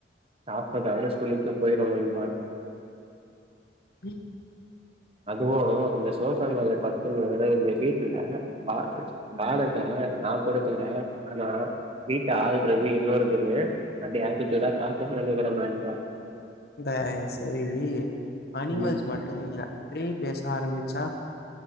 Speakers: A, on the right; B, on the left.
A: சாப்றதாவே சொல்லிட்டு போய்றோ நண்பா
B: உம்
A: அதுவு இந்த சோபா மேல கட்டிலு இந்த வீட்ல மறச்சு வச்சு மானத்த நா கொடுக்கல ஆனா வீட்ட ஆல்ரெடி என்னோடதுன்னு அப்டி ஏத்துட்டுதா காத்த நெனைக்கிற மாரி இருக்கு
B: தயவு செய்து அனிமல்ஸ்
A: ம்
B: மட்டு இல்ல பேயி பேச ஆரம்பிச்சா